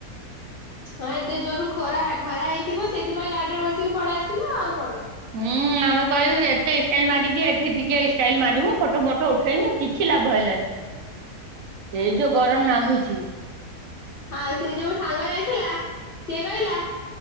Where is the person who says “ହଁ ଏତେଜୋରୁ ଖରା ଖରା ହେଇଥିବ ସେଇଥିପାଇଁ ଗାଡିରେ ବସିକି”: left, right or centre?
Left